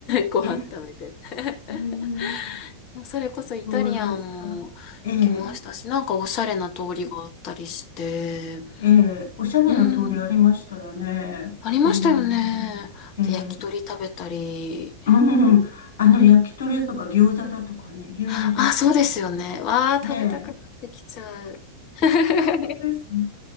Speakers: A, on the left (about 40°); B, on the left (about 60°).
A: <laughs> ご飯食べて。
B: え、え
A: <laughs>
B: え、<laughs>
A: それこそイタリアンも来ましたし、
B: そうですか。ええ。
A: なんかおしゃれな通りがあったりして、
B: ええ、おしゃれな通りありましたよね。
A: うん、ありましたよね。
B: うん。
A: あと焼き鳥食べたり。
B: ええ、うん。あの、
A: うん
B: 焼き鳥とか餃子だとかね、有名ですよ
A: あ、そうですよね。わあ、
B: ね。
A: 食べたくなってきちゃう。
B: ね
A: <laughs>
B: えですね。ね